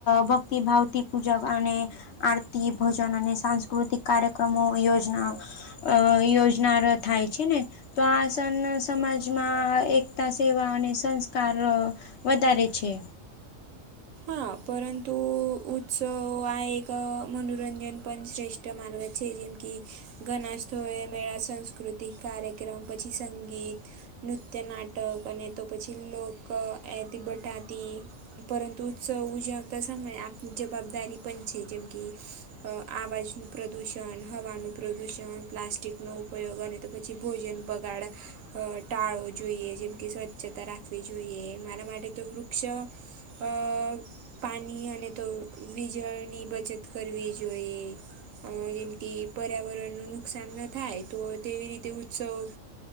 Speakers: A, on the left (about 65°); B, on the right (about 80°).
A: ભક્તિ ભાવથી પૂજા અને આર તી ભોજન અને સાંસ્કૃતિક કાર્યક્રમો યોજના અ યોજના થાય છે ને તો આસન સમાજમાં એકતા સેવા અને સંસ્કાર વધારે છે.
B: હા પરંતુ ઉત્સવ આ એક મનોરંજન પણ શ્રેષ્ઠ માર્ગ છે જેમકી ગણાસ્થોળે મેળા સંસ્ કૃતિક કાર્યક્રમ પછી સંગીત નૃત્ય નાટક અને તો પછી લોક એથી બઠાતી પરંતુ ઉત્સવ ઉજવતા સમયે આપની જવાબદારી પણ છે જેમ કે આવાજનું પ્રદૂષણ હવાનું પ્રદુષણ પ્લાસ્ટિકનો ઉપયોગ અને તો પછી ભોજન બગાડ અ ટાળો જોઈએ જેમ કે સ્વચ્છતા રાખવી જોઈએ મારા માટે તો વૃક્ષ અ પાણી અને તો વીજળની બચત કરવી જોઈએ. અ જેમ પર્યાવરણનું ન નુકસાન ન થાય તો તેવી રીતે ઉત્સવ